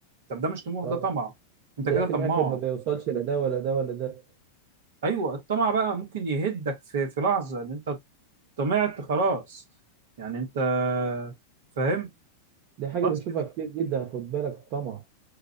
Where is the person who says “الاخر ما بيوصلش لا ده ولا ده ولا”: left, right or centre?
Right